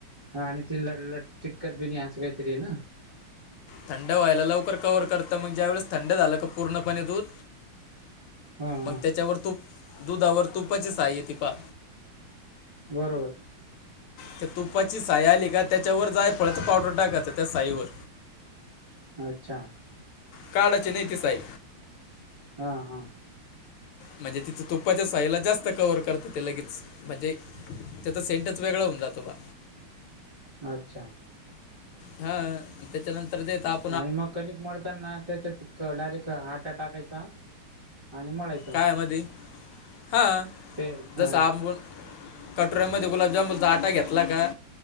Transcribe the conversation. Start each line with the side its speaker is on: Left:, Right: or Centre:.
Right: हा आणि ते ल चिटकत बीन असं काही तरी आहे ना?
Left: थंड व्हायला लवकर कव्हवर करत म्हणज ज्या वेळेस थंड झालं का पूर्णपणे दूध.
Right: हा हा
Left: मग त्याच्यावर तूप दुधावर तुपाची साय येती पा
Right: बरोबर.
Left: त्या तुपाची साय आली का त्याच्यावर जाय फळाच पावडर टाकात त्या साईवर.
Right: अच्छा.
Left: काढायची नाही ती साई.
Right: हा हा.
Left: म्हणजे तिच तुप्पाच्या सायला जास्त कव्हर करत ते लगेच म्हणजे त्याचा सेंटच वेगळा होऊन जातो बा.
Right: अच्छा.
Left: हा त्याच्यानंतर ते ताप
Right: आणि मग कणिक मळताना त्याच्यात डायरेक्ट हाटा टाकायचा आणि मळाय
Left: काय मध्ये? हा,
Right: ते अ
Left: जस आपुन कटोऱ्यामध्ये गुलाबजाोलचा आटा घेतला का